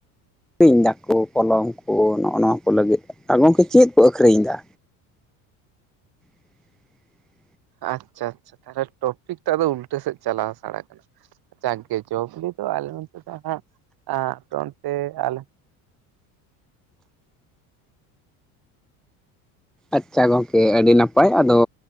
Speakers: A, in the centre; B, on the right (about 60°).
A: ᱟᱠᱨᱤᱧᱫᱟ ᱠᱚ ᱠᱚᱞᱚᱢ ᱠᱚ ᱱᱚᱜ- ᱱᱚᱣᱟ ᱠᱚ ᱞᱟᱹᱜᱤᱫ, ᱟᱜᱚᱝᱠᱮ ᱪᱮᱫ ᱠᱚ ᱟᱹᱷᱨᱤᱧ ᱫᱟ? <unintelligible>
B: ᱟᱪᱪᱷᱟ ᱟᱪᱪᱷᱟ ᱴᱟᱲᱮ ᱴᱚᱯᱤᱠ ᱴᱟᱜ ᱫᱚ ᱩᱞᱴᱟᱹ ᱥᱮᱫ ᱪᱟᱞᱟᱣ ᱥᱟᱲ ᱟᱠᱟᱱᱟ ᱾ ᱡᱟᱜ ᱜᱮ ᱡᱚᱵᱤᱠᱤ ᱯᱮ, ᱟᱞᱮ ᱦᱚᱸ ᱚᱱᱛᱮ ᱫᱚ ᱱᱟᱸᱜ, ᱟ ᱯᱮ ᱚᱸᱱᱛᱮ ᱟᱞᱮ
A: ᱟᱪᱟ ᱜᱚᱝᱠᱮ ᱟᱹᱰᱤ ᱱᱟᱯᱟᱭ ᱟᱫᱚ